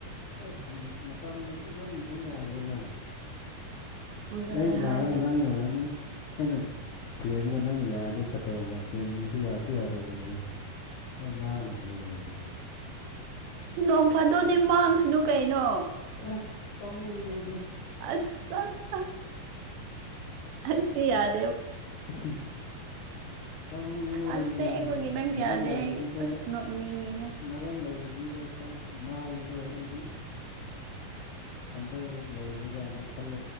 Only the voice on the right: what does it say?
ꯑꯗꯨ
ꯍꯥꯏꯗꯤ
ꯅꯣꯡ ꯐꯗꯣꯗꯤ ꯃꯥꯡꯁꯅꯨ ꯀꯩꯅꯣ
ꯑ ꯑ ꯑꯁ ꯌꯥꯔ
ꯑꯁꯦꯡꯕꯒꯤ ꯅꯪ
ꯌꯥꯗꯦ
ꯑꯩ ꯑꯁ ꯅꯣꯛꯅꯤꯡꯉꯤꯍꯦ